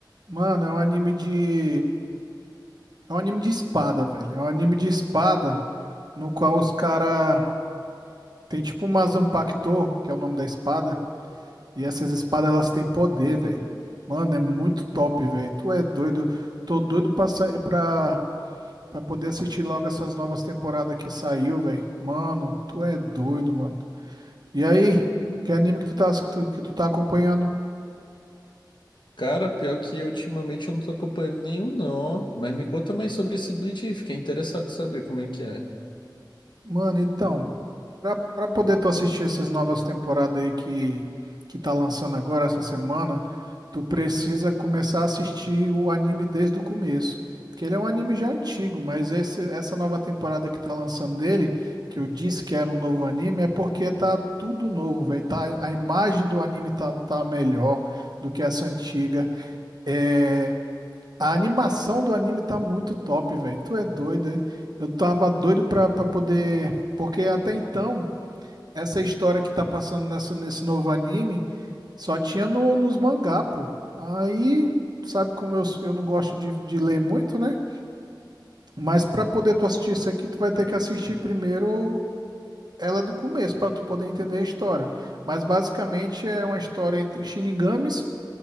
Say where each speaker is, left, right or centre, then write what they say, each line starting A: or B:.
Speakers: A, on the right (about 60°); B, on the left (about 75°).
A: Mano, é um anime de. É um anime de espada, velho. É um anime de espada no qual os cara tem tipo uma Zanpakuto, que é o nome da espada, e essas espadas elas têm poder, velho. Mano, é muito top, velho. Tu é doido. Tô doido pra sair pra Pra poder assistir logo essas novas temporadas que saiu, velho. Mano, tu é doido, mano. E aí, que anime que tu tá, que tu que tu tá acompanhando?
B: Cara, pior que ultimamente eu não tô acompanhando nenhum não, ó. Mas me conta mais sobre esse Bleach aí, fiquei interessado em saber como é que é.
A: Mano, então, pra, pra poder tu assistir essas novas temporadas aí que, que tá lançando agora, essa semana, tu precisa começar a assistir o anime desde o começo. Que ele é um anime já antigo, mas esse, essa nova temporada que tá lançando nele, que eu disse que era um novo anime, é porque tá tudo novo, velho. Tá, a imagem do anime tá, tá melhor do que essa antiga. É, a animação do anime tá muito top, velho. Tu é doido, é? Eu tava doido pra, pra poder. Porque até então, essa história que tá passando nessa, nesse novo anime só tinha no, nos mangá, pô. Aí, sabe como eu, eu não gosto de, de ler muito, né? Mas pra poder tu assistir isso aqui, tu vai ter que assistir primeiro ela do começo, pra tu poder entender a história. Mas basicamente é uma história entre Shinigamis,